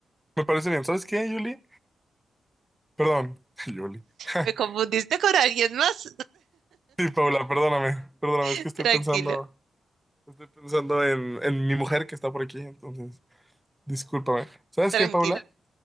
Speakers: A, in the centre; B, on the right.
A: Me parece bien. ¿Sabes qué, Julie? Perdón, <laughs> Julie. <laughs>
B: Me confundiste con alguien más.
A: Sí, Paula, perdóname, perdóname,
B: <laughs>
A: es que estoy
B: Tranquilo,
A: pensando, estoy pensando en, en mi mujer que está por aquí, entonces, discúlpame. ¿Sabes
B: tranquilo.
A: qué, Paula?